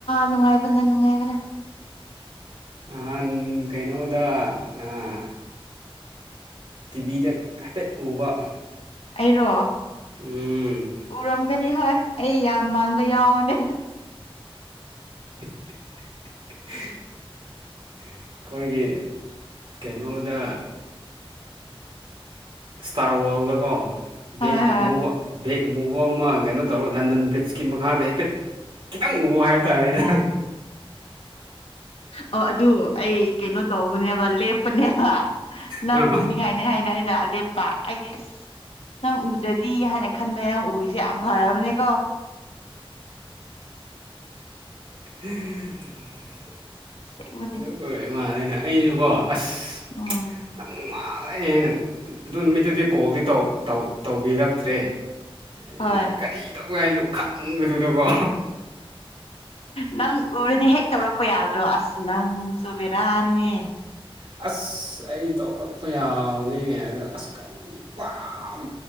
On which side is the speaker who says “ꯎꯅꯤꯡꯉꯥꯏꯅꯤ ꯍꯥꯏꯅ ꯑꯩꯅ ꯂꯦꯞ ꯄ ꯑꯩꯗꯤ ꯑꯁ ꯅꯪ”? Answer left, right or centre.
Left